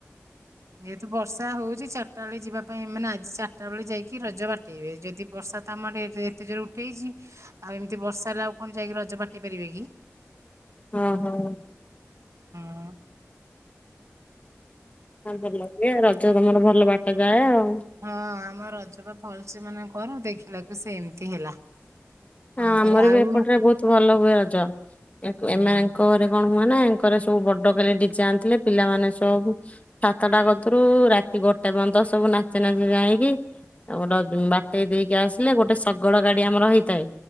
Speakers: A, on the right; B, on the left.
A: ଯେତୁ ବର୍ଷା ହଉଛି ଚାରିଟା ବେଳେ ଯିବା ଭ ଏ ମାନ ନା ଆଜି ଚା <inaudible> ଚଟା ବେଳେ ଯାଇକି ରଜ ବାଟେଇବେ ଯଦି ବର୍ଷା ତ ଆମର ଏତେ ଜୋର ଉଠେଇଛି ଆଉ ଏମିତି ବର୍ଷା ହେଲେ ଆଉ କଣ ଯାଇକି ରଜ ବାଟି ପାରିବେ କି
B: ହଁ ହଁ
A: ଆ <inaudible>
B: ହପ ର <inaudible> ତମର ଭଲ ବାଟ ଗାଏ ଆଉ
A: ହଁ ଆମ ରଜ ବା ଭଲସେ ମାନେ କର ଦେଖିଲାକୁ ସେ ଏମିତି ହେଲା କଣ
B: ହଁ ଆମର
A: କରେ ଆଉ
B: ବି ଏପଟରେ
A: ଉଁ
B: ବହୁତ ଭଲ ହୁଏ ରଜ
A: ହୁଁ
B: ଏମାନଙ୍କ ଘରେ କଣ ହୁଏ ନାଙ୍କର ସବୁ ବଡ କାଲି ଟିକେ ଯାଣିଥିଲେ ପିଲାମାନେ ସବୁ ସାତଟା କଥରୁ ରାତି ଗୋଟେ ପର୍ଯ୍ୟନ୍ତ ସବୁ ନାଚେ ନାଚେ ଯାଇକି ଗୋଟେ ବାଟେଇ ଦେଇକି ଆସିଲେ ଗୋଟେ ଶଗଡ ଗାଡି ଆମର ହେଇଥାଏ